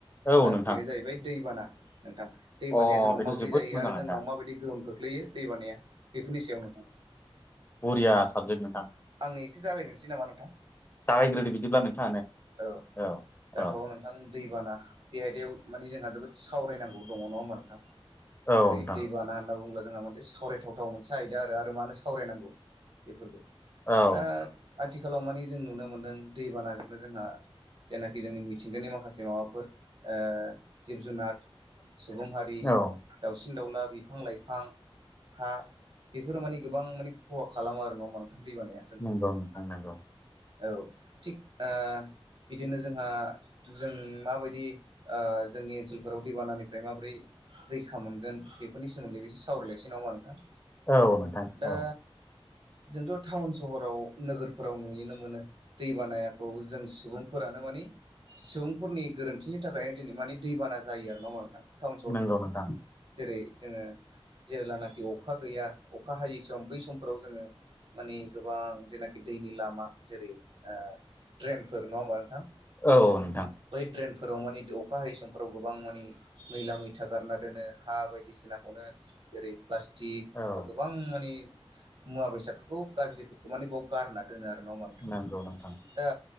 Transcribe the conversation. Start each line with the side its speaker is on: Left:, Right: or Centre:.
Left: औ नोंथां
Right: बेनो जाहैबाय दैबाना नोंथां। दै
Left: अ
Right: बानाया जोंनाव
Left: बेथ'
Right: माबोरै
Left: जोबोद
Right: जायो
Left: मोजां
Right: आरो
Left: आयदा
Right: जोंनाव माबायदि गोहोम खोख्लैयो दै बानाया, बेफोरनि सायाव नोंथां।
Left: करिया साबजेक्ट नोंथां
Right: आंनि एसे जाबायजेनसै नामा नोंथां?
Left: जागायग्रोदो बिदिब्ला नोंथाङानो।
Right: औ
Left: औ।
Right: दाथ'
Left: औ
Right: नोंथां दैबाना बे आयदायाव मानि जोंहा जोबोद सावरायनांगौ दङ, नङा होमबा नोंथां?
Left: औ
Right: जेरै
Left: नोंथां
Right: दैबाना होनना बुङोब्ला जोंहा मोनसे सावरायथावथाव मोनसे आयदा आरो मानो सावरायनांगौ बेफोरबो।
Left: औ
Right: दा आथिखालाव मानि जों नुनो मोन्दों दैबानाजोंनो जोंहा जायनाखि जोंनि मिथिंगानि माखासे माबाफोर, ओ जिब जुनार सुबुं हारि
Left: औ
Right: दाउसिन-दाउला, बिफां-लाइफां हा बेफोरो माने गोबां माने खहा खालामो आरो नंङा होमबा नोंथां? दै बानाया। जों
Left: नंगौ नोंथां नंगौ।
Right: औ थिग ओ बिदिनो जोंहा जों माबायदि ओ जोंनि ओनसोलफोराव दैबानानिफ्राय माबोरै रैखा मोनगोन बेफोरनि सोमोन्दै एसे सावरायलायसै नामा नोंथां?
Left: औ नोंथां
Right: दा
Left: औ
Right: जोंथ' टाउन सहराव नोगोरफोराव नुयोनो मोनो। दै बानायाखौ जों सुबुंफोरानो माने सुबुंफोरनि गोरोन्थिनि थाखाय दिनै माने दैबाना जायो आरो नङा ओमबा नोंथां टाउन सहरफोरावथ'।
Left: नंगौ नोंथां
Right: जेरै जोङो जेब्लानाखि अखा गैया अखा हायै सम बै समफोराव जोङो माने गोबां जेनाकि दैनि लामा जेरै ओ ट्रेनफोर नङा ओमबा नोंथां?
Left: औ नोंथां।
Right: बै ड्रेनफोराव माने अखा हायै समफोराव गोबां माने मैला मैथा गारना दोनो हा बायदिसिनाखौनो जेरै प्लास्टिक
Left: औ
Right: बा गोबां माने मुवा बेसादफोरखौ गाज्रिफोरखौ माने बाव गारना दोनो आरो नङा ओमबा नोंथां
Left: नंगौ नोंथां
Right: दा